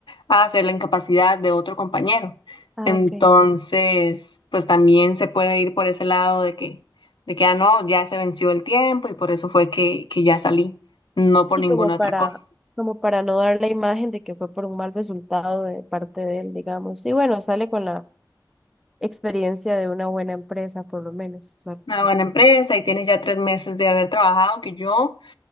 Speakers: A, on the left; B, in the centre.
A: a hacer la incapacidad de otro compañero.
B: Ah,
A: Entonces,
B: ok.
A: pues también se puede ir por ese lado de que, de que, ah, no, ya se venció el tiempo y por eso fue que, que ya salí, no
B: Sí,
A: por ninguna
B: como para,
A: otra cosa.
B: como para no dar la imagen de que fue por un mal resultado de parte de él, digamos. Y bueno, sale con la experiencia de una buena empresa, por lo menos. O sea,
A: Una
B: que-
A: buena empresa y tienes ya tres meses de haber trabajado que yo.